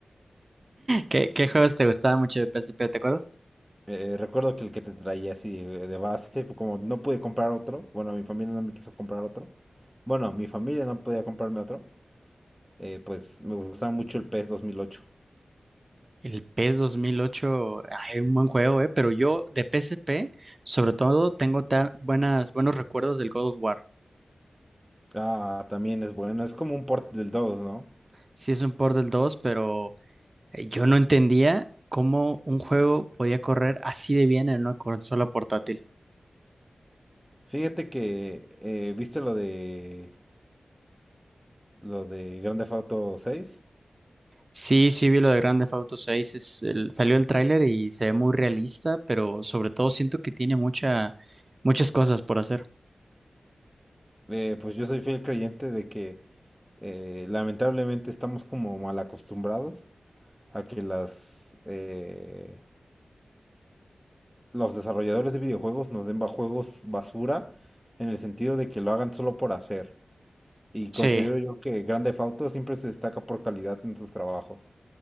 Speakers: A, on the right; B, in the centre.
A: ¿Qué, qué juegos te gustaban mucho de PSP, te acuerdas?
B: Eh, recuerdo que el que te traía así de de base, pues, como no pude comprar otro, bueno, mi familia no me quiso comprar otro. Bueno, mi familia no podía comprarme otro. eh, pues me gustaba mucho el P S dos mil ocho
A: El PES 2008, ay, un buen juego, ¿eh? Pero yo de PSP, sobre todo, tengo tan buenas, buenos recuerdos del God of War.
B: Ah, también es bueno. Es como un port del dos ¿no?
A: Sí es un port del 2, pero Eh, Yo no entendía cómo un juego podía correr así de bien en una consola portátil.
B: Fíjate que, eh, ¿viste lo de lo de Grand Theft Auto seis
A: Sí, sí vi lo de Grand Theft Auto 6, es el- salió el tráiler y se ve muy realista, pero sobre todo siento que tiene mucha, muchas cosas por hacer.
B: Eh, pues yo soy fiel creyente de que eh, lamentablemente estamos como mal acostumbrados a que las, eh, los desarrolladores de videojuegos nos den ba- juegos basura en el sentido de que lo hagan solo por hacer. Y
A: Sí,
B: considero yo que Grand Theft Auto siempre se destaca por calidad en sus trabajos.